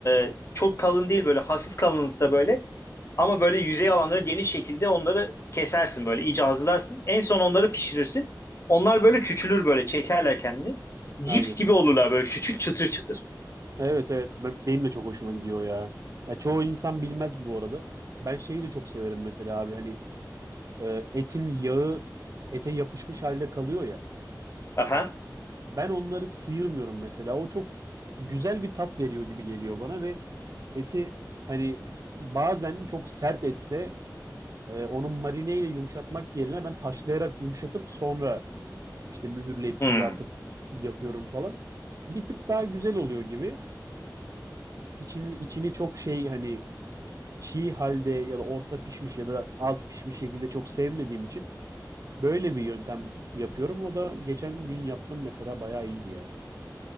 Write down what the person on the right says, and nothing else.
aynen.
Evet, evet. Ben, benim de çok hoşuma gidiyor ya. Ya çoğu insan bilmez bu arada. Ben şeyi de çok severim mesela abi. Hani e, etin yağı ete yapışmış halde kalıyor ya.
Ben onları sıyırmıyorum mesela. O çok güzel bir tat veriyor gibi geliyor bana ve eti hani bazen çok sert etse e, onu marineyle yumuşatmak yerine ben haşlayarak yumuşatıp sonra işte mühürleyip
kızartıp yapıyorum falan. Bir tık daha güzel oluyor gibi. İçini, içini çok şey hani çiğ halde ya da orta pişmiş ya da az pişmiş şekilde çok sevmediğim için böyle bir yöntem yapıyorum. O da geçen gün yaptım mesela bayağı iyiydi ya.